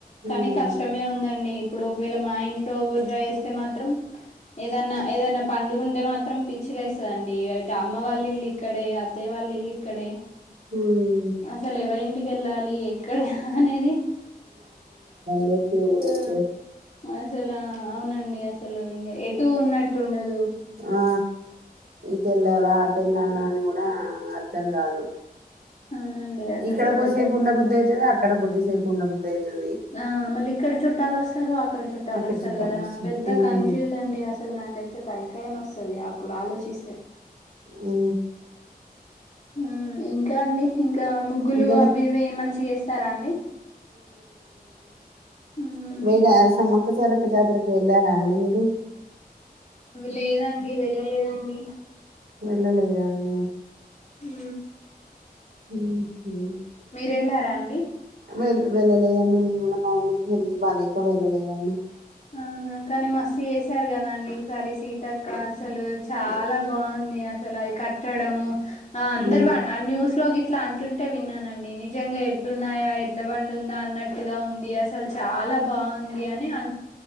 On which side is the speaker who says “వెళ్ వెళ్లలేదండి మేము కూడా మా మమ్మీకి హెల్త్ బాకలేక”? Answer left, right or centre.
Right